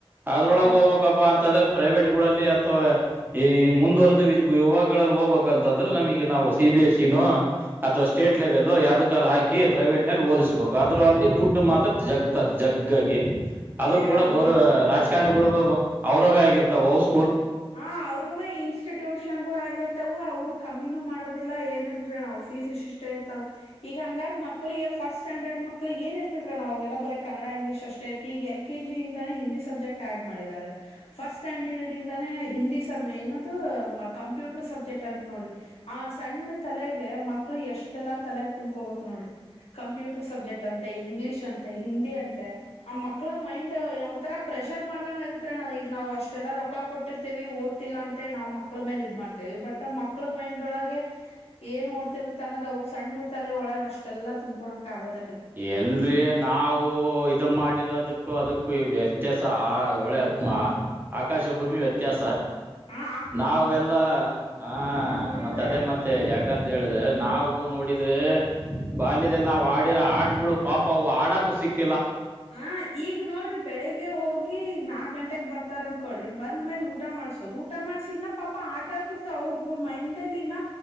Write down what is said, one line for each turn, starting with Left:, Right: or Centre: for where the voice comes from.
Right: ಅದ್ರೊಳಗೆ
Left: ಹೌದು
Right: ಹೋಗ್ಬೇಕಪ್ಪಾ ಅಂತಂದ್ರೆ ಪ್ರೈವೇಟ್ಗಳಲ್ಲಿ ಅಥವಾ ಮುಂದ ಯುವಾಗಗಳಲ್ಲಿ ಹೋಗ್ಬೇಕ ಅಂತಂದ್ರೆ ನಮಗೆ ನಾವು ಸಿ ಬಿ ಎಸ್ ಇ ನ ಅಥವಾ ಸ್ಟೇಟ್ ಲೆವೆಲ್ ಯಾವ್ದ ಕ ಹಾಕಿ ಪ್ರೈವೇಟ್ ನಲ್ಲಿ ಓದಿಸ್ಬೇಕು ಅ್ರೂ ಅಲ್ಲಿ ದುಡ್ ಮಾತ್ರ ಜಗ್ತರ್ ಜಗ್ಗಗ ಅದು
Left: ಏ
Right: ಕೂಡ
Left: ಹೌದ್ರಣ
Right: ಗೌರವ
Left: ಜಗ್ತ
Right: ರಾಜಕಾರಣಿಗಳು ಅವರವೇ ಆಗಿರ್ತಾವಸ್
Left: ಹ ಅವ್ರೇ ಇನ್ಸ್ಟಿಟ್ಯೂಷನ್ ಗಳು ಆಗಿರ್ತವು ಅವ್ರು ಕಮ್ಮಿನೂ ಮಾಡೋದಿಲ್ಲ ಏನು ಇಲ್ರರಿ ನಾವವು್ ಫೀಸ್ ಇಷ್ಟ ಇಷ್ಟೇ ಇರ್ತಾವ ಈಗ ಹಂಗ ಮಕ್ಳಿಗೆ ಫಸ್ಟ್ ಸ್ಟ್ಯಾಂಡರ್ಡ್ ಮಕ್ಳಿಗೆ ಏನ್ ಇರ್ತರ ನ ಅವೆಲ್ಲ ಬರ ಕನ್ನಡ ಇಂಗ್ಲಷ್ಷ್ಟೇ ಇರ್ತಿ ಈ ಎ ಕೆ ಜಿಿಂದೇ ಹಿಂದಿ ಸಬ್ಜೆಕ್ಟ್ ಆಡ್ ಮಾಡಿದ್ದಾರೆ ಫಸ್ಟ್ ಸ್ಟ್ಯಾಂಡರ್ಡ್ ಇಂದ ಹಿಂದಿ ಸ ಏನದು ಕಂಪ್ಯೂಟರ್ ಸಬ್ಜೆಕ್ಟ್ ಅಂತ ನೋಡ್ರಿ ಆ ಸಣ್ಣ ತಲೆಗೆ ಮಕ್ ಮಕ್ಕಳ ಎಷ್ಟೆಲ್ಲ ತಲೆ ತಂಬಕೋಬೇಕು. ನೋಡ್ರಿ ಕಂಪ್ಯೂಟರ್ ಸಬ್ಜೆಕ್ಟ್ ಅಂತೆ ಇಂಗ್ಲಿಷ್ ಅಂತೆ ಹಿಂದಿ ಅಂತೆ ಆ ಮಕ್ಕಳ ಮೈಂಡ್. ಒಂ ತರ ಪ್ರೆಷರ್ ಮಾಡ್ದಂಗ ಆಗತ್ ನ ಈಗ ನಾವು ಅಷ್ಟೆಲ್ಲ ರೊಕ್ಕ ಕೊಟ್ಟ. ಇಟ್ಟಿರ್ತೀವೆ ಓದ್ತಿಲ್ಲ ಅಂತ ನಾವು ಮಕ್ಳ ಮೇಲೆ ಇದ ಮಾಡ್ತೇವಿ ಬಟ್ ಮಕ್ಕಳ ಮೈಂಡ್ಳಗೆ ಏನ್ಹೋಡ್ತ್. ತನ್ನದ ಸಣ್ಣ ತಲೆ ಒಳಗ ಅಷ್ಟೆಲ್ಲ ತುಂಬ್ಕೊಳಕ್ ಆಗೋದ.
Right: ಎಲ್ರಿ ನಾವು ಇ ಮಾಡಿರೋದಕ್ಕೂ ಅದಕ್ಕೂ. ವ್ಯತ್ಯಾಸ ಆ ಒಳೆ ಆಕಾಶ ಭೂಮಿ ವ್ಯತ್ಯಾಸ.
Left: ಹಾ.
Right: ನಾವೆಲ್ಲ ಆ
Left: ನೋಡಿದ್ರೆ
Right: ಮತ್ತ ಅದೇ ಮತ್ತೆ ಯಾಕಂತ ಹೇಳಿದ್ರೆ ನಾವು ನೋಡಿದ್ರೆ. ಬಾಲ್ಯದಲ್ಲಿ ನಾವು ಆಡಿರೋ ಆಡುಗಳು ಪಾಪವು ಆಡಕು ಸಿಕ್ತ.
Left: ಹ ಈಗ ನೋಡ್ರಿ ಬೆಳಿಗ್ಗೆ ಹೋಗಿ ಈ ನಾಕ್ ಗಂಟೆಗ್ ಬರ್ತ. ಆ ತರ ಅಂದಕ ಕೊಡ್ರಿ ಬಂದ್ ಮೇಲೆ ಊಟ ಮಾಡಸೋದು ಊಟ ಮಾಡಸ ಇನ್ನ ಪಾಪ ಆಟ ಆಡ್ತಿರ್ತ ಅವ್ರರು ಮೈಂಡಲ್ಲಿ ಇನ.